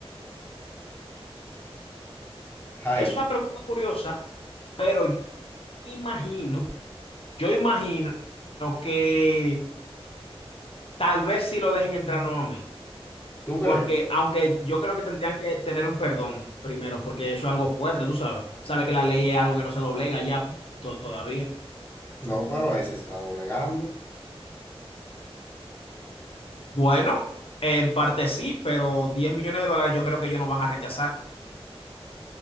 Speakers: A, on the left; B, on the left.
A: Jaime,
B: Es una pregunta curiosa, pero imagino. Yo imagino que tal vez sí lo dejen entrar nuevamente,
A: ¿tú crees?
B: porque aunque yo creo que tendrían que tener un perdón primero, porque eso es algo fuerte, tú sabes. Sabes que la ley es algo que no se doblega ya to- todavía.
A: No, pero ahí se está doblegando.
B: Bueno, en parte sí, pero 10 millones de dólares yo creo que ellos no van a rechazar.